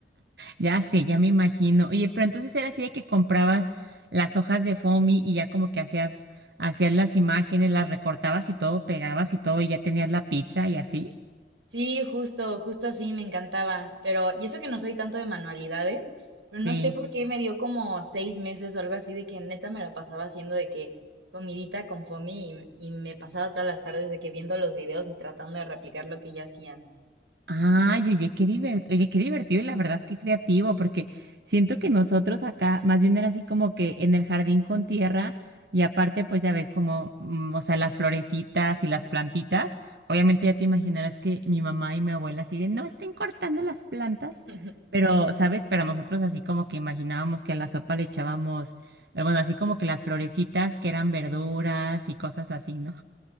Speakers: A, on the right; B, on the right.
A: Ya sé, ya me imagino. Oye, pero entonces era así de que comprabas las hojas de foamy y ya como que hacías, hacías las imágenes, las recortabas y todo, pegabas y todo, y ya tenías la pizza y así.
B: Sí, justo, justo así me encantaba. Pero, y eso que no soy tanto de manualidades, pero no
A: Sí.
B: sé por qué me dio como seis meses o algo así de que neta me la pasaba haciendo de que comidita con Fomi y, y me pasaba todas las tardes de que viendo los videos y tratando de replicar lo que ella hacía.
A: Ay, oye, qué divertido, oye, qué divertido y la verdad qué creativo, porque siento que nosotros acá más bien era así como que en el jardín con tierra y aparte pues ya ves como, mm, o sea, las florecitas y las plantitas, obviamente ya te imaginarás que mi mamá y mi abuela así de, no estén cortando las plantas,
B: <laughs>
A: pero, ¿sabes? Pero nosotros así como que imaginábamos que a la sopa le echábamos, eh, bueno, así como que las florecitas que eran verduras y cosas así, ¿no?